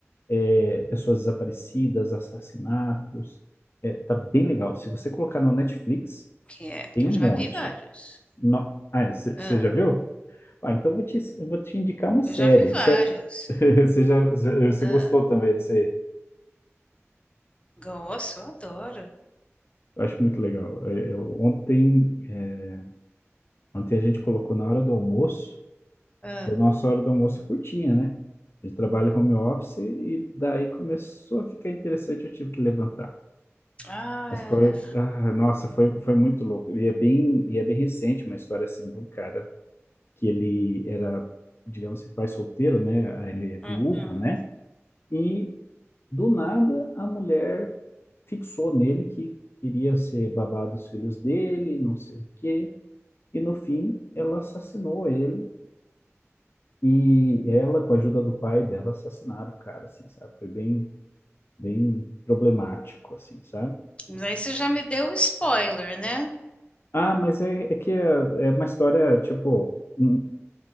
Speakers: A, on the left; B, on the left.
A: é, pessoas desaparecidas, assassinatos. É, tá bem legal. Se você colocar no Netflix,
B: quem é? Porque
A: tem um
B: eu já
A: monte.
B: vi vários.
A: No... Ah, você
B: Ah,
A: já viu? Ah, então vou te, vou te indicar uma série.
B: eu já vi vários.
A: Você, <laughs> você já, você
B: Ah,
A: gostou também disso aí?
B: gosto, eu adoro.
A: Eu acho muito legal. Eu, eu- ontem, é, ontem a gente colocou na hora do almoço,
B: Ah,
A: e a nossa hora do almoço é curtinha, né? A gente trabalha home office e daí começou a ficar interessante, eu tive que levantar.
B: ah,
A: Mas
B: é.
A: foi, ah, nossa, foi, foi muito louco. E é bem, e é bem recente uma história assim de um cara que ele era, digamos assim, pai solteiro, né? Ele é viúvo,
B: Hum, hum.
A: né? E Do nada, a mulher fixou nele que queria ser babá dos filhos dele, não sei o quê. E no fim, ela assassinou ele. E ela, com a ajuda do pai dela, assassinaram o cara, assim, sabe? Foi bem, bem problemático, assim, sabe?
B: Mas aí você já me deu o spoiler, né?
A: Ah, mas é, é que é, é uma história, tipo, hum,